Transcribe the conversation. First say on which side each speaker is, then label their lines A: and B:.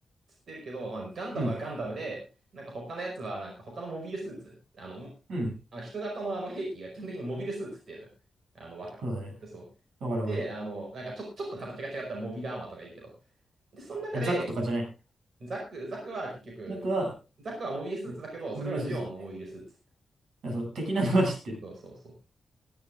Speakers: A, on the right; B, on the right.
A: つってるけど、まあ、ガンダムはガンダムで、
B: うん。
A: なんか他のやつは、なんか他のモビルスーツ、あの、も
B: うん。
A: あの人型のあの兵器が基本的にモビルスーツっていうのよ。あの、わか、
B: そうだね。
A: そう。
B: わかるわか
A: で、あの、なんかちょ、ちょっと形が違ったらモビルアーマーとかいいけど。で、その中で、
B: る。ザックとかじゃない。
A: ザック、ザクは結局、
B: ザックは、
A: ザクはモビルスーツだけど、
B: ね、モビルスーツ。
A: それはジオンのモビルスーツ。
B: あ、そう、的なのは知ってる。
A: そうそうそう。